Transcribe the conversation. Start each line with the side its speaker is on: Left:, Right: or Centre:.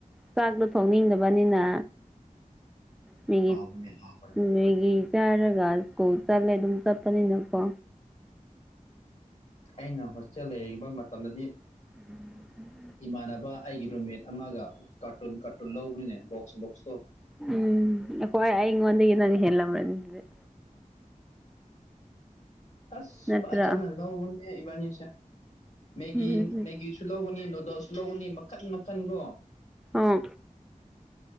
Centre: ꯆꯥꯛꯇꯣ ꯊꯣꯡꯅꯤꯡꯗꯕꯅꯤꯅ ꯃꯤ
Left: ꯍꯥꯎꯕꯅꯦ ꯍꯥꯎꯕꯅꯦ
Centre: ꯃꯦꯒꯤ ꯆꯥꯔꯒꯥ ꯀꯣ ꯆꯠꯂꯦ ꯑꯗꯨꯝ ꯆꯠꯄꯅꯤ ꯅꯀꯣ
Left: ꯑꯩꯅ ꯍꯣꯁꯇꯦꯜ ꯂꯩꯔꯤꯕ ꯃꯇꯝꯗꯗꯤ
Centre: <inaudible>
Left: ꯏꯃꯥꯟꯅꯕ ꯑꯩꯒꯤ ꯔꯨꯝꯃꯦꯠ ꯑꯃꯒ ꯀꯥꯔꯇꯨꯟ ꯀꯥꯔꯇꯨꯟ ꯂꯧꯕꯅꯤꯅꯦ ꯕꯣꯛꯁ ꯕꯣꯛꯁꯇꯣ
Centre: ꯎꯝ ꯑꯀꯣꯏ ꯑꯩꯉꯣꯟꯗꯒꯤ ꯅꯪ ꯍꯦꯜꯃꯅꯤ ꯍꯖꯤꯛ
Left: ꯑꯁ
Centre: ꯅꯠꯇ꯭ꯔꯥ
Left: ꯐꯖꯅꯥꯅ ꯂꯧꯕꯅꯦ ꯏꯕꯅꯤꯁꯦ ꯃꯦꯒꯤ
Centre: ꯎꯝ
Left: ꯃꯦꯒꯤ ꯁꯨ ꯂꯧꯒꯅꯤ ꯅꯨꯗꯜꯁꯨ ꯂꯧꯒꯅꯤ ꯃꯈꯟ ꯃꯈꯟꯒꯣ
Centre: ꯑꯣ